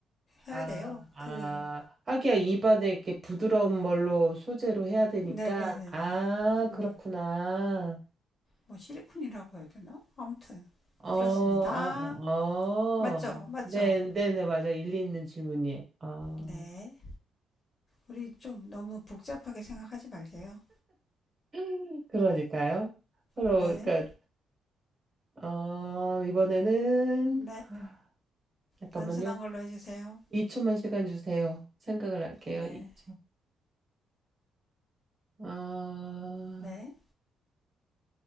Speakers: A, on the left; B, on the right.
A: 해야
B: 아,
A: 돼요.
B: 아,
A: 그,
B: 하기야 입안에 이렇게 부드러운 걸로 소재로 해야 되니까.
A: 네네네네.
B: 아,
A: 음,
B: 그렇구나.
A: 뭐 실리콘이라고 해야 되나? 아무튼,
B: 어,
A: 그렇습니다.
B: 어, 어,
A: 맞죠?
B: 어.
A: 맞죠?
B: 네, 네, 네, 맞아. 일리 있는 질문이에요. 아,
A: 네. 우리 좀 너무 복잡하게 생각하지 말게요.
B: <laughs> 그러니까요. 그러니까,
A: 네.
B: 어, 이번에는,
A: 네.
B: 아, 잠깐만요.
A: 단순한 걸로 해주세요.
B: 2초만 시간 주세요. 생각을 할게요.
A: 네.
B: 2초. 아,
A: 네.